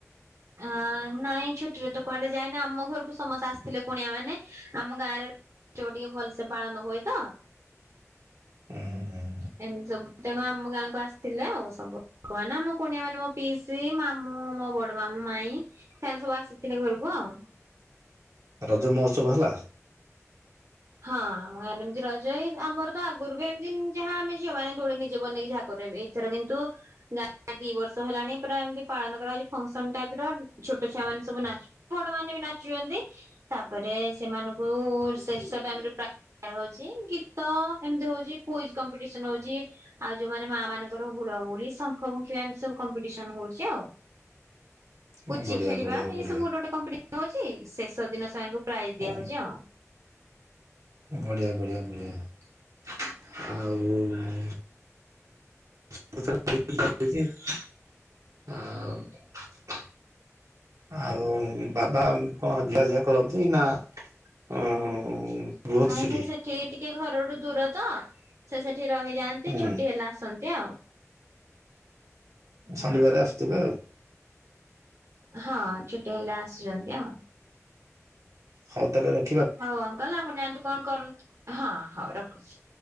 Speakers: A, on the right; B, on the right.
A: ହଁ ନାଇଁ ଛୁଟିରେ ତ କୁଆଡେ ଯାଇନି ଆମ ଘରକୁ ସମସ୍ତେ ଆସିଥିଲେ କୁଣିଆ ମାନେ ଆମ ଗାଁରେ ଜୋ ଟିକେ ଭଲସେ ପାଳନ ହୁଏ ତ
B: ହୁଁ ହୁଁ ହହୁଁ
A: ଏମିତି ସବୁ ତେଣୁ ଆମ ଗାଁକୁ ଆସିଥିଲେ ଆଉ ସବୁ। କହନା ମୋ କୁଣିଆ ମାନେ ମୋ ପିଇସି ମାମୁଁ ମୋ ବଡ ମାମୁଁ ମାଇଁ ସେମାନେ ସବୁ ଆସିଥିଲେ ଘରକୁ ଆଉ। ହଁ,
B: ରଜ ମହୋତ୍ସବ ହେଲା?
A: ହଁ ଆମ ଗାଁରେ ଏମିତି ରଜ ଏଇ ଆମର ତ ଆଗରୁ ବି ଏମିତି ଯାହା ଆମେ ଝିଅ ମାନ ଦୁଳି ନିଜେ ବନେଇକି ଯାହା କରୁ ଏବେ ଏଇ ଏଥର କିନ୍ତୁ ଦି ବର୍ଷ ହେଲାଣି ପୁରା ଏମତି ପାଳନ କରାହଉଛି ଫଙ୍କସନ ଟାଇପର ଛୋଟ ଛୁଆ ମାନେ ସବୁ ନାଚୁ ବଡ ମାନେ ବି ନାଚୁଛନ୍ତି ତାପରେ ସେମାନଙ୍କୁ ଶେଷ ତାପରେ ପା ଇା ହଉଛି ଗୀତ ଏମତି ହଉଚି କୁଇଜ କମ୍ପିଟିସନ ହଉଚି ଆଉ ଯଉମାନେ ମା ମାନଙ୍କର ହୁ ହୁଳହୁଳି ଶଙ୍ଖ ପୁଙ୍କିବା ଏମିତି ସବୁ କମ୍ପିଟିସନ ହଉଛି ଆଉ।
B: ହୁଁ
A: ପୁଚି
B: ବଢିଆ
A: ଖେଳିବା
B: ବଢିଆ ବଢିଆ।
A: ଏଇସବୁ ଗୁଟେ ଗୁଟେ କମ୍ପିଟେ ହଉଛି ଶେଷ ଦିନ ସେମାନଙ୍କୁ ପ୍ରାଇଜ
B: ହୁଁ
A: ଦିଆହଉଛି ଆଉ।
B: ବଢିଆ ବଢିଆ ବଢିଆ ଆଉ ଉ ଆ <inaudible> ଆଉ ବାବା କଣ ଜିବା ଆଶିବା କରନ୍ତି ନା ଅଂ ଅ ରୁହନ୍ତି
A: ନାଇଁ
B: ସେଠି?
A: ସେ ସେଠିକି ଟି ଟିକେ ଘରଠୁ ଦୂର ତ ସେ ସେଠି ରହିଯାଆନ୍ତି
B: ହୁଁ
A: ଛୁଟି ହେଲେ ଆସନ୍ତି ଆଉ।
B: ଶନିବାର
A: ହଁ
B: ଆସୁଥିବେ ଆଉ।
A: ହଁ ଛୁଟି ହେଲେ ଆସିଛନ୍ତି ଆଉ।
B: ହଉ ତାଏଲେ ରଖ
A: ହଉ ଅଙ୍କଲ ଆପଣ ଜାନ୍ତୁ କଣ କରନ୍ତ ହଁ ହଉ ରଖୁଛି।